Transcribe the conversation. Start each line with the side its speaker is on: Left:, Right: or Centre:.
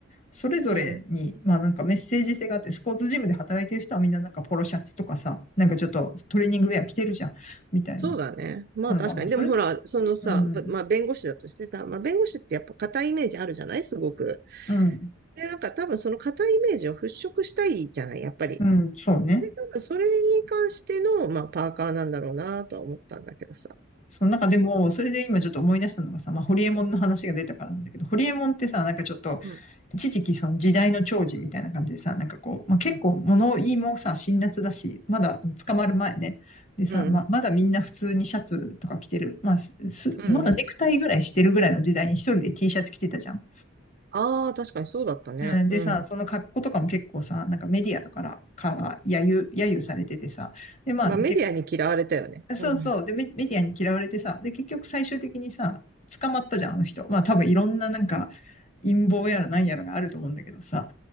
Left: それぞれに、
Right: うん。
Left: まあなんかメッセージ性があって、スポーツジムで働いてる人はみんななんかポロシャツとかさ、なんかちょっとトレーニングウェア着てるじゃん、みたいな。
Right: そうだね。まあ確かに。
Left: なんだ、まあそれ、
Right: でもほら、そのさ、
Left: うん、
Right: ばまあ弁護士だとしてさ、まあ弁護士ってやっぱ硬いイメージあるじゃないすごく。
Left: うん、
Right: で、なんか多分その硬いイメージを払拭したいじゃないやっぱり。
Left: うん、そうね。
Right: で、多分それに関しての、まあパーカーなんだろうなとは思ったんだけどさ。
Left: その中でも、それで今ちょっと思い出したのがさ、まあ、ホリエモンの話が出たからなんだけど、ホリエモンってさ、なんかちょっと、
Right: うん、
Left: 一時期その時代の寵児みたいな感じでさ、なんかこう、まあ、結構物言いもさ、
Right: うん、
Left: 辛辣だし、まだ捕まる前ね。でさ、
Right: うん、
Left: まあ、まだみんな普通にシャツとか着てる。まあ、す、
Right: うん。
Left: まだネクタイぐらいしてるぐらいの時代に一人で T シャツ着てたじゃん。
Right: ああ、確かにそうだったね。
Left: うんでさ、
Right: うん。
Left: その格好とかも結構さ、なんかメディアとかから、から揶揄、揶揄されててさ、で、まあ結
Right: まあメディアに嫌われたよね。
Left: そうそう。
Right: うん。
Left: で、メ、メディアに嫌われてさ、で、結局最終的にさ、捕まったじゃん、あの人。まあ多分いろんななんか陰謀やら何やらがあると思うんだけどさ、